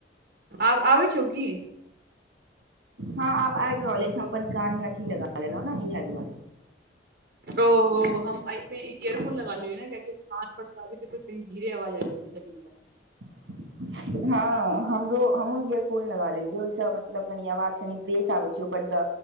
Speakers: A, on the right; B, on the right.
A: आब आबै छौ की?
B: हँ आब आबि रहल अछि, हम अपन कान मे अथी लगा लेलौं न इहैऽ दुआरे।
A: ओऽ हम आइ में एक इ-इयरफोन लगाऽ लेइ न, कियैऽकि कान पड़ <unintelligible> धीरे आवाज आइब रोज लगी।
B: ह हँ, हमरो हमहुँ इयरफोन लगा लेलियै, ओइ सँ मतलब कनि आवाज कनि फ्रेश आबै छै ऊपरसँ